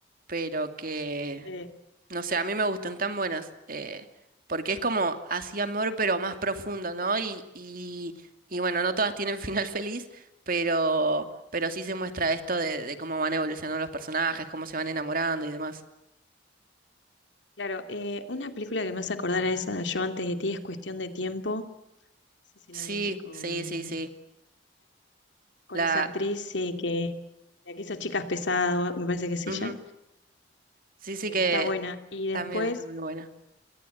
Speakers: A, on the right; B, on the left.
A: pero que,
B: Sí,
A: no sé, a mí me gustan tan buenas, eh, porque es como así amor, pero más profundo, ¿no? Y, y, y bueno, no todas tienen final <laughs> feliz, pero, pero sí se muestra esto de, de cómo van evolucionando los personajes, cómo se van enamorando y demás.
B: claro, eh, una película que me hace acordar a esa, Yo antes de ti, es cuestión de tiempo. No sé si la
A: Sí,
B: viste con...
A: sí, sí, sí.
B: con
A: La,
B: esa actriz, sí, que la que hizo Chicas Pesadas, me parece que es ella.
A: ujú, Sí,
B: Eh,
A: sí que
B: está buena. Y después,
A: también está muy buena.